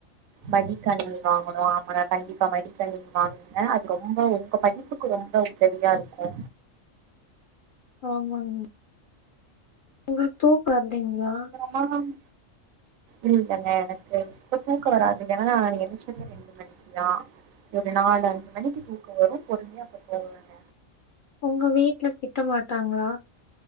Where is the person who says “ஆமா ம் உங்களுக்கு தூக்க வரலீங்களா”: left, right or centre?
Left